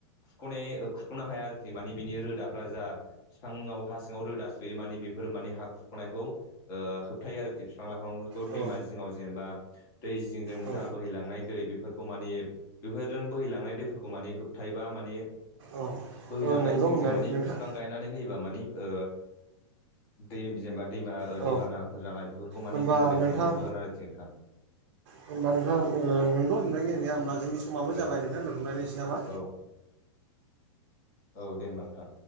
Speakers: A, on the left; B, on the right.
A: खुरख'नाय खुख'नो हाया आरोखि मानि बिनि रोदाफ्रा जा बिफाङाव हा सिङाव रोदा सुयो माने बेफोरो माने हा खुरख'नायखौ होबथायो आरोखि बिफां लाइफांफोरखौ
B: औ
A: दैमा जिङाव जेनेबा दै जिंजों
B: औ
A: जा बोहैलांनाय दै बेफोरखौ मानि बेफोरजों बोहैलांनाय दैफोरखौ माने होबथायोबा माने
B: औ
A: बोहैलांनाय
B: नोंगौ
A: जिं
B: होननानै
A: जिं माने
B: नोंथां
A: बिफां गायनानै होयोबा मानि ओ दै जेनेबा दैमा ओ
B: औ
A: दैबानाफोर जानाया बे खौ माने
B: होनबा
A: जोङो रैखा
B: नोंथां
A: मोननो हागोन आरोखि नोंथां
B: होनबा नोंथा ओ नोंखौ नोंथांनि होननाया होमबा जोंनि समाबो
A: औ
B: जाबाय नोंथां दोनथलायनोसै नामा।
A: औ औ दे होमबा नोंथां।